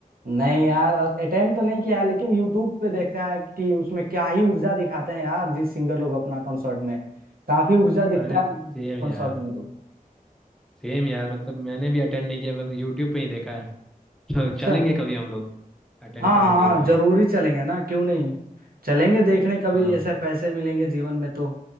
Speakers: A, on the right (about 80°); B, in the centre.
A: नहीं यार अटेंड तो नहीं किया है लेकिन यूट्यूब पे देखा है कि उसमें क्या ही ऊर्जा दिखाते हैं यार जिस सिंगर लोग अपना कॉन्सर्ट में काफी ऊर्जा दिखता
B: अरे सेम
A: है कॉन्सर्ट
B: यार
A: में तो
B: सेम यार मतलब मैंने भी अटेंड नहीं किया बस यूट्यूब पे ही देखा है
A: अच्छा
B: <laughs> चलेंगे कभी हम लोग अटेंड
A: हाँ
B: करेंगे
A: हाँ हाँ,
B: एक बार
A: जरूरी चलेंगे ना क्यों नहीं चलेंगे देखने कभी
B: हाँ
A: ऐसे पैसे मिलेंगे जीवन में तो